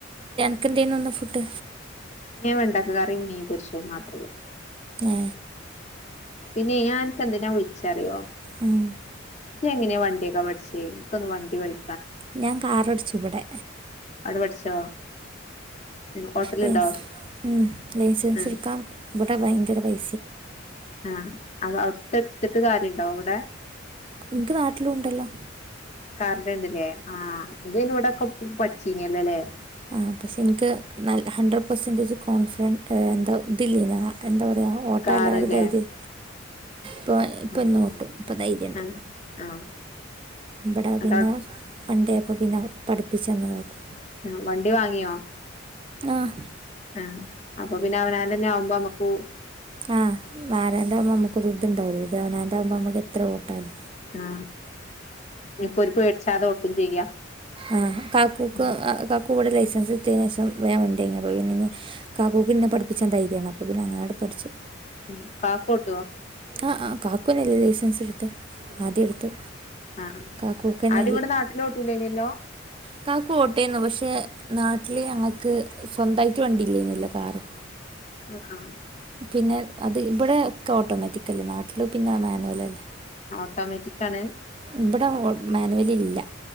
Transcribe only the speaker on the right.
അൻക്കെന്തേന്നുന്ന് ഫുഡ്.
ഏ.
ഉം.
ഞാൻ കാറോടിച്ചു ബടെ.
മ് ലൈസൻസ്ട്കാൻ
വടെ ഭയങ്കര പൈ
ഇൻക്ക് നാട്ടിലുണ്ടല്ലോ.
ആ പക്ഷെ ഇൻക്ക്, ഹൺഡ്രഡ് പെർസെന്റേജ് കോൺഫിഡൻറ് എന്താ ഇതില്ലേനോ എന്താ പറയാ ഓട്ടാല്ല
ആ ഒരു ധൈര്യം. ഇപ്പോ ഇപ്പന്നോട്ടും
ഇപ്പം ധൈര്യണ്ട്.
ഇവിടാ പിന്നെ
വണ്ടിയായപ്പോ പിന്നെ പഠിപ്പിച്ചന്ന് കാക്കു
ആഹ്
ആഹ് ആരാന്റാവുമ്പോ നമുക്ക് ഒര് ഇുതിണ്ടാവൂല ഇത് അവനാന്റെആകുമ്പോ നമുക്ക് എത്ര ഓട്ടാലോ.
ആ കാക്കൂക്ക്
കാക്കൂ കൂടെ ലൈസൻസ്. എടുത്തേനേഷം വേ വണ്ടിവാങ്ങി അപ്പൊ പിന്നെ ഞ്ഞി കാക്കൂക്ക്ന്നെ പഠപ്പിച്ചാൻ ധൈര്യാണ് അപ്പ പിന്നെ അങ്ങനട് പഠിച്ചു.
ആഹ് ആഹ് കാക്കു അന്നെല്ലേ ലൈസെൻസ് എടുത്തെ ആദ്യ എടുത്ത്.
കാക്കൂക്കനെ
ക്കാകുഓട്ടേന്നു പക്ഷെ നാട്ടില് ഞങ്ങക്ക് സ്വന്തായിട്ട് വണ്ടില്ലേന്നല്ലോ കാറ്.
പിന്നെ അത് ഇവിടെ ഒക്കെ ഓട്ടോമറ്റിക്കല്ലേ നാട്ടില് പിന്നെ മാനുവലല്ലേ.
ഇവിടെ ഓ മാനുവൽ ഇല്ല